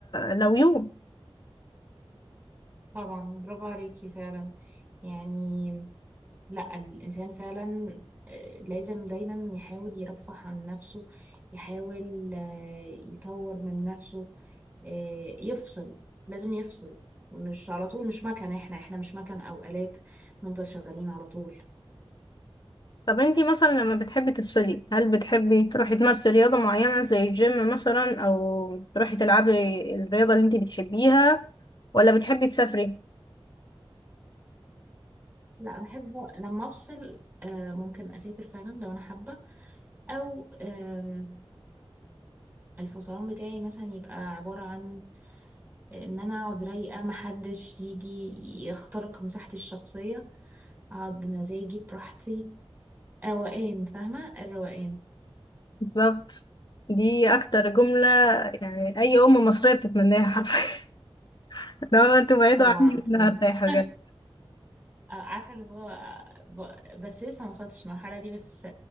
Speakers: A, on the left; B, on the right.
A: لو يوم
B: طبعا برافو عليكي فعلا يعني لا الانسان فعلا آه، لازم دايما يحاول يرفه عن نفسه يحاول آه، يطور من نفسه آه، يفصل لازم يفصل مش على طول مش مكنه احنا احنا مش مكن او آلات نفضل شغالين على طول
A: طب انتي مثلا لما بتحبي تفصلي هل بتحبي تروحي تمارسي رياضة معينة زي الجيم مثلا او تروحي تلعبي الرياضة اللي انتي بتحبيها ولا بتحبي تسافري
B: لا بحب لما افصل آه، ممكن اسافر فعلا لو انا حابه او آم، الفصلان بتاعي مثلا يبقى عباره عن ان انا اقعد رايقه محدش يجي يخترق مساحتي الشخصيه اقعد بمزاجي براحتي روقان فاهمه الروقان
A: بالظبط دي اكتر جملة يعني اي ام مصرية بتتمناها حرفيا <laughs> لو انتوا بعيدوا
B: طبعا
A: عني
B: <laughs>
A: انا هرتاح بجد
B: آه، عارفه اللي هو آه، ب- بس لسه ما وصلتش المرحله دي بس